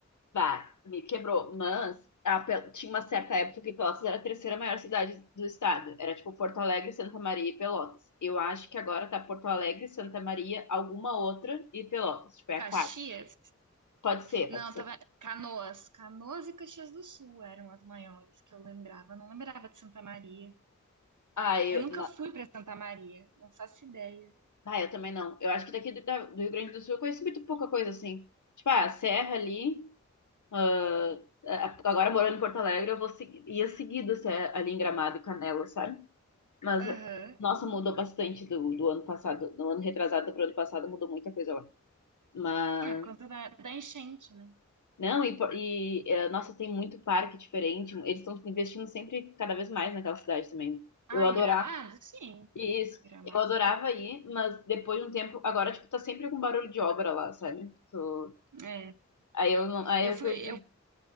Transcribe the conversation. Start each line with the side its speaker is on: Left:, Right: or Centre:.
Left: Bah, me quebrou. Mas a Pel- tinha uma certa época que Pelotas era a terceira maior cidade do estado. Era tipo Porto Alegre, Santa Maria e Pelotas. Eu acho que agora tá Porto Alegre, Santa Maria, alguma outra e Pelotas. Tipo, é
Right: Caxias?
Left: a quarta. Pode ser,
Right: Não,
Left: pode ser.
Right: tava. Canoas. Canoas e Caxias do Sul eram as maiores que eu lembrava. Eu Não lembrava de Santa Maria.
Left: Ah, eu,
Right: Eu nunca
Left: na-
Right: fui pra Santa Maria. Não faço ideia.
Left: ah, eu também não. Eu acho que daqui do, da- do Rio Grande do Sul eu conheço muito pouca coisa assim. Tipo, ah, a Serra ali. ah, a- a- agora morando em Porto Alegre, eu vou seguir, ia seguido assim, ali em Gramado e Canela, sabe? Mas,
Right: Aham.
Left: nossa, mudou bastante do, do ano passado, do ano retrasado para o ano passado, mudou muita coisa lá. Mas,
Right: Ah, por conta da, da enchente, né?
Left: não, e, por- e eh, nossa, tem muito parque diferente. Eles estão investindo sempre cada vez mais naquela cidade também, né?
Right: Ah,
Left: Eu adorava
Right: em Gramado? Sim.
Left: isso.
Right: Gramado.
Left: Eu adorava ir, mas depois de um tempo, agora, tipo, tá sempre com barulho de obra lá, sabe? Tu-
Right: É.
Left: Aí eu não, aí
Right: Eu
Left: eu
Right: fui,
Left: perdi.